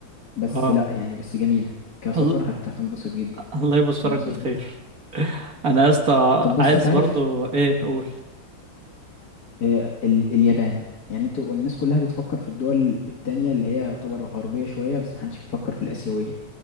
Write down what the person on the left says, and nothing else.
بس
لا يعني بس جميلة كسفر
هت... هتنبسط جدا
هتنبسط
جدا
طب بس
انت عارف
آه، ال- اليابان يعني انتوا الناس كلها بتفكر في الدول التانية اللي هي يعتبر غربية شوية بس محدش بيفكر في الآسيوية